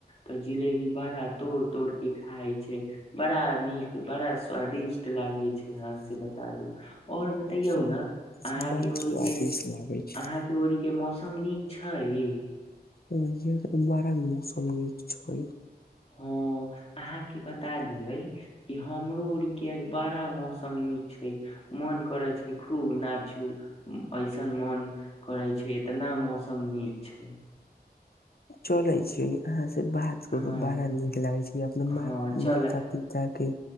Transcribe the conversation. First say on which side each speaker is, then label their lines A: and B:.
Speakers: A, on the left; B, on the left.
A: तऽ जिलेबी बड़ा तोड़ तोड़ के खाय छै बड़ा नीक बड़ा स्वादिष्ट लागै छै अहां से बतादु और बतैयौ
B: बड़ा
A: न अहाँ अहांके ओरी
B: स्वादिष्ट
A: के
B: लागे छै
A: अहांके ओरी के मौसम नीक छै
B: ह इहांके त बड़ा मौसम नीक छै
A: हँ अहां के बता दियै कि हमरो ओर के आज बड़ा मौसम नीक छै मो मन करै छै खूब नाचू ऐसन मोन करै छै एतना मौसम नीक छै
B: चलै छियै अहांसे से बात कऽ
A: हँ
B: के बड़ा नीक लागे छै अपना
A: हँ चल
B: माता पिता के